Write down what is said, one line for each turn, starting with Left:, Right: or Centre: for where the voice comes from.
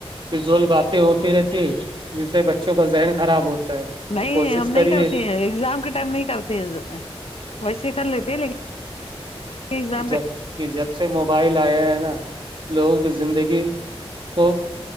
Right: فضول باتیں ہوتی رہتی جن سے بچوں کا ذہن خراب ہوتا ہے تو
Left: نہیں
Right: کوشش
Left: ہم
Right: کریے
Left: نہیں کرتے ہیں ایگزام کے ٹائم نہیں کرتے ہیں ویسے کر لیتے لیکن ایگزام
Right: جب
Left: کے
Right: جب سے موبائل آیا ہے نا لوگوں کی زندگی کو